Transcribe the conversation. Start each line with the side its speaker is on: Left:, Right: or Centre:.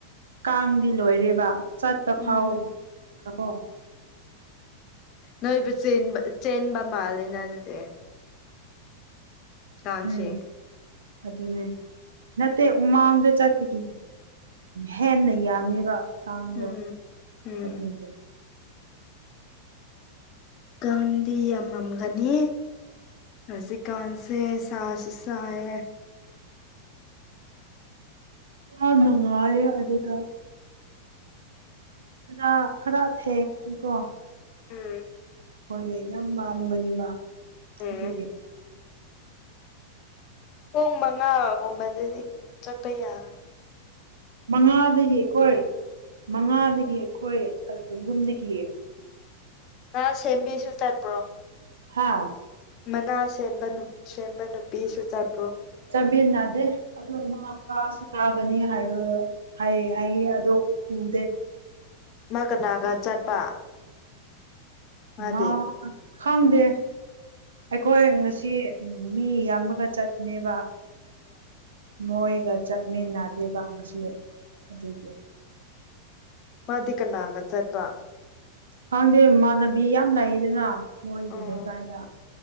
Right: ꯀꯥꯡꯗꯤ ꯂꯣꯏꯔꯦꯕ ꯆꯠꯄ
Left: ꯎꯝ
Right: ꯐꯥꯎꯣ
Left: ꯅꯣꯏꯕꯨ ꯆꯦꯟꯕ ꯆꯦꯟꯕ ꯃꯥꯜꯂꯤꯅ ꯑꯗꯨꯗꯤ ꯀꯥꯡꯁꯦ
Right: ꯎꯝ ꯑꯗꯨꯅꯦ ꯅꯠꯇꯦꯃꯥꯡꯗ ꯆꯠꯄꯒꯤ ꯍꯦꯟꯅ ꯌꯥꯝꯃꯦꯕ ꯀꯥꯡꯗꯣ
Left: ꯎꯝ ꯎꯝ
Right: ꯑꯗꯨꯒꯤ
Left: ꯀꯪꯗꯤ ꯌꯥꯝꯃꯝꯒꯅꯤ ꯔꯖꯤ ꯀꯥꯟꯁꯦ ꯁꯥꯥꯁ ꯁꯥꯦ
Right: ꯑ ꯅꯨꯡꯉꯔꯦ ꯑꯗꯨ ꯑꯗꯨꯗ ꯈꯔ ꯈꯔ ꯊꯦꯡꯀꯣ
Left: ꯎꯝ
Right: ꯍꯣꯏꯅꯦ ꯌꯥꯝ ꯄꯥꯝꯒꯅꯤꯕ
Left: ꯎꯝ
Right: ꯑꯗꯨꯒꯤ
Left: ꯄꯨꯡ ꯃꯉꯥꯒꯨꯝꯕꯗꯗꯤ ꯆꯠꯄ ꯌꯥꯒꯅꯤ
Right: ꯃꯉꯥꯗꯒꯤ ꯑꯩꯈꯣꯏ ꯃꯉꯥ ꯗꯒꯤꯈꯣꯏꯦ ꯑꯗꯨꯒ ꯌꯨꯝꯗꯒꯤ
Left: ꯉ ꯁꯦꯝꯕꯤꯁꯨ ꯆꯠꯄ꯭ꯔꯣ
Right: ꯍꯥꯥ
Left: ꯃꯅꯥ ꯁꯦꯝꯕ ꯁꯦꯝꯕ ꯅꯨꯄꯤꯁꯨ ꯆꯠꯄ꯭ꯔꯣ
Right: ꯄꯤꯟꯅꯗꯦ ꯑꯗ ꯃꯥ ꯀꯥꯁꯨ ꯀꯥꯒꯅꯤ ꯍꯥꯏꯕ ꯍꯥꯏ ꯍꯥꯏꯌꯦ ꯑꯗꯣ ꯎ ꯗꯦ
Left: ꯃꯥ ꯀꯅꯥꯒ ꯆꯠꯄ ꯃꯥꯗꯤ
Right: ꯃꯥ ꯈꯪꯗꯦ ꯑꯩꯈꯣꯏ ꯉꯁꯤ ꯎꯝ ꯃꯤ ꯌꯥꯝꯃꯒ ꯆꯠꯅꯦꯕ
Left: ꯎꯝ
Right: ꯃꯣꯏꯒ ꯆꯠꯃꯤꯟꯅꯗꯦꯕ ꯉꯁꯤ ꯑꯗꯨꯒꯤ
Left: ꯃꯥꯗꯤꯀꯅꯥ ꯀ ꯆꯠꯄ
Right: ꯈꯪꯗꯦ ꯏꯃꯥꯟꯅꯕꯤ ꯌꯥꯝ ꯂꯥꯛꯑ ꯑꯗꯨꯅ ꯃꯣꯏꯒꯤ
Left: ꯎꯝ
Right: ꯂꯩꯀꯥꯏꯗ